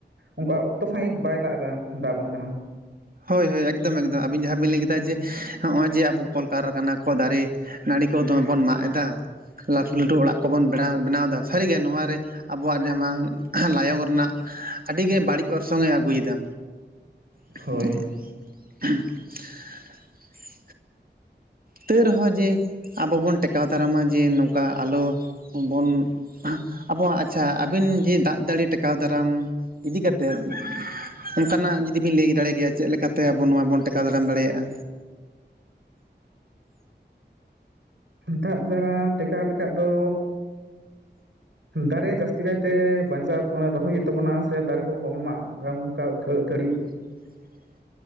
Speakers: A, on the right; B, on the right.
A: ᱚᱱᱠᱟ ᱚᱠᱛᱚ ᱥᱟᱺᱦᱤᱡ ᱵᱟᱭ ᱫᱟᱜ ᱫᱟ, ᱫᱟᱜ ᱟᱵᱚᱱ ᱠᱟᱱᱟ᱾
B: ᱦᱳᱭ ᱦᱳᱭ ᱮᱠᱫᱚᱢ ᱮᱠᱫᱚᱢ ᱟᱵᱤᱱ ᱡᱟᱦᱟᱸ ᱵᱤᱱ ᱞᱮᱭ ᱠᱮᱫᱟ ᱡᱮ ᱱᱚᱜᱼᱚᱭ ᱡᱮ ᱟᱵᱚ ᱠᱚᱞᱠᱟᱨᱠᱟᱱᱟ ᱠᱚ ᱫᱟᱨᱮᱼᱼ ᱱᱟᱲᱤ ᱠᱚ ᱫᱚᱢᱮ ᱵᱚᱱ ᱢᱟᱜ ᱫᱟ‌‌, ᱞᱟᱹᱴᱩ ᱞᱟᱹᱴᱩ ᱚᱲᱟᱜ ᱠᱚᱵᱚᱱ ᱵᱮᱱᱟᱣ ᱫᱟ ᱥᱟᱹᱨᱤ ᱜᱮ ᱱᱚᱣᱟᱨᱮᱼᱼ ᱟᱵᱚᱣᱟᱜ ᱡᱟᱢᱟᱱ ᱞᱟᱭᱚᱝ ᱨᱮᱱᱟᱜ ᱟᱹᱰᱤᱜᱮ ᱵᱟᱹᱲᱤᱡ ᱚᱨᱥᱚᱝᱮ ᱟᱹᱜᱩᱭ ᱮᱫᱟ᱾ <unintelligible>
A: ᱦᱳᱭ
B: ᱛᱟᱹᱣ ᱨᱮᱦᱚᱸ ᱡᱮ ᱟᱵᱚ ᱵᱚᱱ ᱴᱮᱠᱟᱣ ᱫᱟᱨᱟᱢᱟ ᱡᱮ ᱱᱚᱝᱠᱟ ᱟᱞᱚᱼᱼ ᱵᱚᱱ ᱟᱵᱚᱣᱟᱜ ᱟᱪᱪᱷᱟ ᱟᱵᱤᱱ ᱡᱮ ᱫᱟᱜ ᱫᱟᱲᱤ ᱴᱮᱼᱼ ᱠᱟᱣ ᱫᱟᱨᱟᱢ, ᱤᱫᱤ ᱠᱟᱛᱮᱫ, ᱚᱱᱠᱟᱱᱟᱜ ᱡᱩᱫᱤ ᱵᱤᱱ ᱞᱟᱴᱮᱭ ᱫᱟᱲᱮ ᱠᱮᱭᱟ ᱪᱮᱫ ᱞᱮᱠᱟᱼᱼ ᱛᱮ ᱟᱵᱚ ᱱᱚᱣᱟ ᱵᱚᱱ ᱴᱮᱠᱟᱣ ᱫᱟᱨᱟᱢ ᱫᱟᱲᱮᱭᱟᱜᱼᱟ?
A: ᱫᱟᱜ ᱫᱟᱨᱟᱣ ᱴᱮᱠᱟᱣ ᱞᱮᱠᱷᱟ ᱫᱚᱼᱼ ᱫᱟᱨᱮ ᱡᱟᱹᱥᱛᱤ ᱠᱟᱭᱛᱮ ᱵᱟᱧᱪᱟᱣ ᱨᱚᱦᱚᱭ ᱦᱩᱭᱩᱜ ᱛᱟᱵᱚᱱᱟ ᱥᱮ ᱫᱟᱨᱮ ᱠᱚ ᱵᱟᱵᱚᱱ ᱢᱟᱜ ᱚᱱᱠᱟ ᱟᱹᱛᱷᱟᱹᱲᱤ᱾
B: <unintelligible>